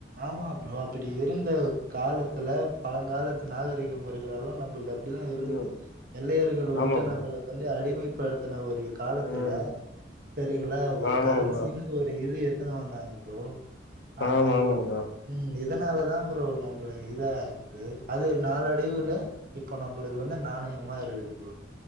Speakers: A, on the right (about 50°); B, on the left (about 75°).
A: ஆமா ப்ரொ அப்புடி இருந்த காலத்துல பழங்காலத்து நாகரீக முறைகளெல்லா நம்ம அப்போ இது அப்டிதா இருந்துருக்கு
B: ம்
A: வெள்ளையர்கள் வந்து
B: ஆமா
A: நம்மள
B: ப்ரோ
A: வந்து அடிமைப்படுத்துன ஒரு காலத்துல
B: ம்
A: சரிங்களா ஒரு
B: ஆமா
A: கரன்சினு
B: ப்ரோ
A: ஒரு இது எத்துனு வந்தாங்க ப்ரோ அ
B: ஆமா
A: அதுதா
B: ஆமா ப்ரோ
A: ம் இதனாலதா ப்ரோ நம்பலுட இதா இருக்கு அது நாலடைவுல இப்ப நம்பளுக்கு வந்து நாணயமா இருக்குது ப்ரோ